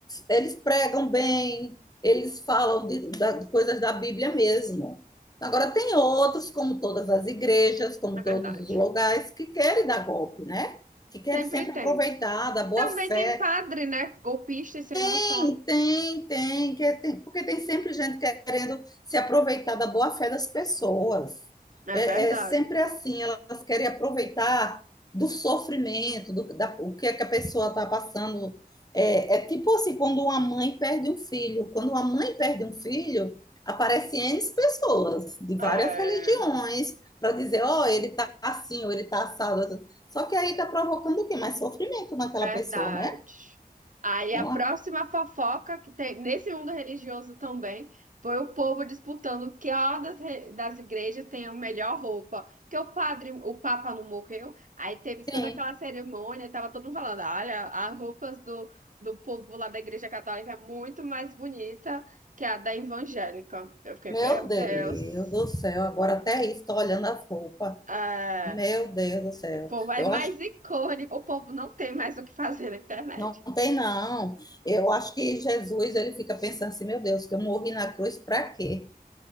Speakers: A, on the left (about 25°); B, on the right (about 55°).
A: eles pregam bem, eles falam de, da- de coisas da Bíblia mesmo. Agora, tem outros, como todas as igrejas, como
B: é
A: todos
B: verdade.
A: os lugares, que querem dar golpe, né? Que querem
B: Sempre
A: sempre
B: tem.
A: aproveitar da boa
B: Também
A: fé
B: tem padre, né? Golpista e sem noção.
A: Tem, tem, tem, que- é, tem- porque tem sempre gente querendo se aproveitar da boa-fé das pessoas.
B: É
A: É,
B: verdade.
A: é sempre assim, elas querem aproveitar do sofrimento, do da- o que é que a pessoa está passando. É, é tipo assim, quando uma mãe perde um filho. Quando uma mãe perde um filho, aparecem N pessoas de
B: É.
A: várias religiões para dizer, ó, ele está assim, ou ele está assado. Só que aí está provocando o quê? Mais sofrimento naquela
B: Verdade.
A: pessoa, né?
B: Aí
A: É
B: a próxima
A: uma...
B: fofoca que tem nesse mundo religioso também foi o povo disputando que a das, re- das igrejas tem a melhor roupa. Porque o padre, o Papa não morreu, aí teve toda
A: Sim.
B: aquela cerimônia e tava todo mundo falando: olha, as roupas do, do povo lá da igreja católica é muito mais bonita que a da evangélica. Eu fiquei,
A: Meu
B: meu
A: Deus
B: Deus.
A: do céu, agora até isso, tô olhando as roupas.
B: É,
A: Meu Deus do céu.
B: o povo é
A: Eu
B: mais
A: acho,
B: icônico, o povo não tem mais o que fazer na internet.
A: não tem não. Eu acho que Jesus, ele fica pensando assim, meu Deus, que eu morri na cruz para quê?